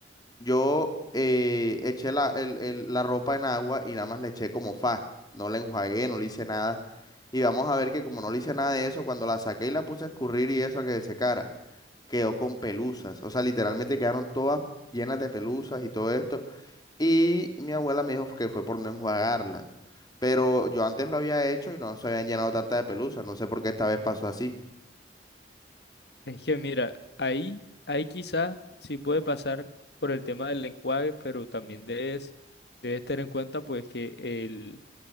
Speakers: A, on the left; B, on the left.
A: yo eh, eché la, el- el- la ropa en agua y nada más le eché como fa, no la enjuagué, no le hice nada, y vamos a ver que como no le hice nada de eso, cuando la saqué y la puse a escurrir y eso a que se secara, quedó con pelusas, o sea, literalmente quedaron todas llenas de pelusas y todo esto. Y mi abuela me dijo que fue por no enjuagarlas. Pero yo antes lo había hecho y no se habían llenado tanta de pelusa. No sé por qué esta vez pasó así.
B: Es que mira, ahí, ahí quizás sí puede pasar por el tema del enjuague, pero también debes, debes tener en cuenta pues que el,